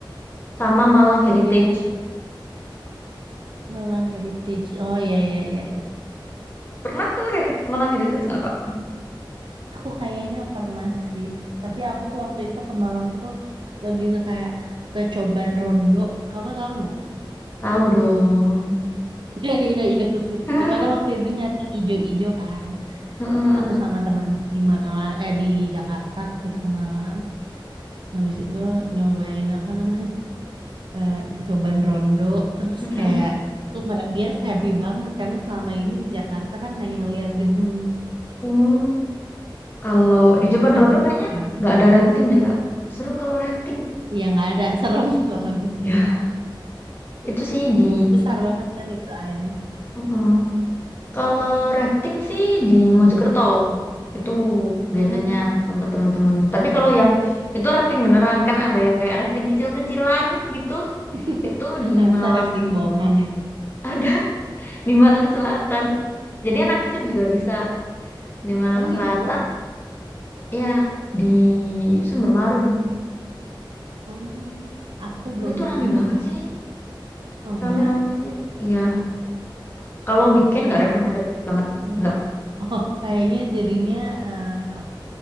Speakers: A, on the left; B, on the right.
A: sama Malang Heritage.
B: Oh ya, malah heritage. Oh ya ya ya ya.
A: Pernah ke Heri- Malang Heritage nggak, Kak?
B: Aku kayaknya pernah sih, tapi aku tuh waktu itu ke Malang tuh lebih ke kayak ke Coban Rondo. Kamu tahu nggak? <laughs>
A: Tahu dong.
B: Iya iya iya ke situ.
A: <laughs>
B: Karena waktu itu nyari yang ijo-ijo kan.
A: Heeh,
B: Aku sama teman di Malang eh di Jakarta kita ke Malang. Habis itu nyobain apa namanya <laughs> eh, Coban Rondo. Terus
A: heeh.
B: kayak
A: Hmm.
B: oh, mere- dia happy banget karena selama ini di Jakarta kan hanya ngeliat gedung.
A: Hmm, Kalau di
B: Jadi
A: Jeban
B: kayak
A: Rodo
B: lihat
A: kayaknya
B: yang
A: nggak ada rafting deh, Kak. Seru kalau rafting.
B: nggak ada <laughs> serem soalnya.
A: Ya. Itu sih di...
B: Besar banget kan itu airnya.
A: Heeh. Kalau rafting sih di Mojokerto. Itu
B: Hmm.
A: biasanya tempat teman-teman. Tapi kalau yang itu rafting beneran, kan ada yang kayak rafting kecil-kecilan gitu.
B: <laughs>
A: Itu di
B: Masa
A: Malang.
B: rafting bohongan ya?
A: Ada <laughs> di Malang Selatan. Jadi anak kecil juga bisa di Malang
B: Oh
A: Selatan.
B: gitu?
A: Iya, di Sumber Marun.
B: Oh, aku
A: Tapi
B: belum
A: itu
B: pernah
A: rame banget
B: sih.
A: sih.
B: Oh ya?
A: Rame-rame sih. Iya. Kalau weekend
B: Pengen.
A: nggak recommended
B: pengen
A: banget.
B: tahu.
A: Nggak.
B: Oh, kayaknya jadinya eh,